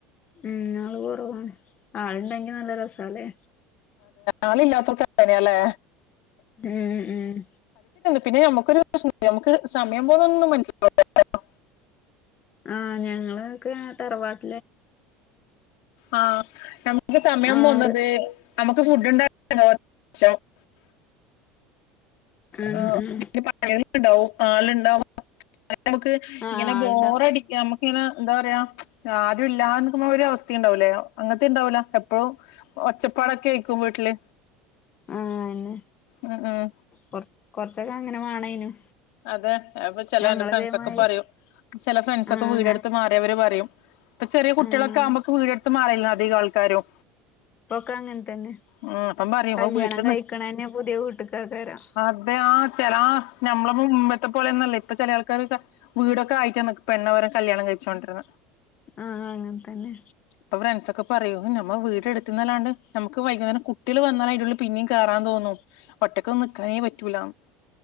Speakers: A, on the left (about 30°); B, on the left (about 70°).
A: ഉം ആള് കൊറവാണ് ആളുണ്ടെങ്കി നല്ല രസാല്ലേ
B: ആള് ഇല്ലാത്തൊല്ക്ക് അങ്ങനെല്ലേ
A: ഉം ഉം
B: പിന്നെ നമുക്കൊരു പ്രശ്നണ്ട് നമക്ക് സമയം പോന്നോന്നും മനസ്സിലാവൂലാട്ടോ
A: ആഹ് ഞങ്ങളോക്കെ തറവാട്ട
B: ആ നമ്മക്ക് സമയം
A: ആറ്
B: പോന്നത് നമ്മക്ക് ഫുഡ് ഉണ്ടാ <unintelligible>
A: ഉം
B: ആ
A: ഉം
B: എന്തെങ്കിലും പറയാനുണ്ടാവും ആള്ണ്ടാവുമ്പം അത് നമക്ക്
A: ആഹ്
B: ഇങ്ങനെ
A: ആൾണ്ടാവും
B: ബോറടിക്ക നമുക്കിങ്ങനെ എന്താ പറയാ ആരും ഇല്ലാന്ന്ക്ക്മ്പോ ഒരു അവസ്ഥ ഉണ്ടാവൂലേ അങ്ങനത്തെ ഇണ്ടാവൂല എപ്പഴും ഒച്ചപ്പാടൊക്കെയിക്കും വീട്ടില്
A: ആ അയേന്നേ
B: ഉം ഉം
A: കൊറ് കൊറച്ചൊക്കെ അങ്ങനെ വാണേനും
B: അതെ അപ്പ ചെല
A: ഞങ്ങളിതേമാരി
B: എന്റെ ഫ്രണ്ട്സൊക്കെ പറയും ചെല ഫ്രണ്ട്സൊക്കെ
A: ആഹ്
B: വീടെട്ത്ത്
A: ഞാ
B: മാറിയവര് പറയും ഇപ്പ ചെറിയ കുട്ട്യാള്ക്കെ
A: ആഹ്
B: ആകുമ്പക്ക് വീട് എട്ത്ത് മാറില്ല അധിക ആൾക്കാരും
A: ഇപ്പൊക്കെ അങ്ങൻ തന്നെ
B: ഉം അപ്പം പറയും
A: കല്യാണം
B: ആ വീട്ടിൽ
A: കഴിക്കണന്നെ
B: നിക്ക്
A: പുതിയ വീട്ട്ക്കാക്കാരം
B: അതെ ആ ചെല ആ ഞമ്മള് മുമ്പത്തെ പോലെന്നല്ലേ ഇപ്പ ചെല ആൾക്കാരൊക്കെ വീടൊക്കെ ആയിട്ടാണ് പെണ്ണ്വരേ കല്യാണം കഴിച്ച് കൊണ്ടേര്ന്നെ
A: ആഹ് അങ്ങൻ തന്നെ
B: ഇപ്പ ഫ്രണ്ട്സോക്കെ പറയൂ ഞമ്മ വീടെട് ത്ത്ന്നല്ലാണ്ട് നമുക്ക് വൈകുന്നേരം കുട്ട്യാള് വന്നാല് പിന്നേം കേറാൻ തോന്നും ഒറ്റക്കൊന്നും നിക്കാനേ പറ്റൂലാന്ന്